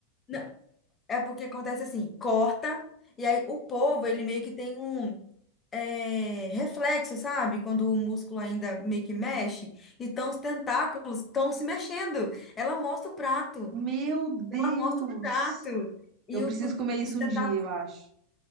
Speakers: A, on the left (about 20°); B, on the right (about 35°).
A: Não, é porque acontece assim, corta, e aí o povo, ele meio que tem um é, reflexo, sabe? Quando o músculo ainda meio que mexe. Então os tentáculos estão se mexendo. Ela mostra o prato,
B: Meu Deus.
A: ela mostra o prato. E
B: Eu
A: o-
B: preciso comer isso
A: os tentáculos,
B: um dia, eu acho.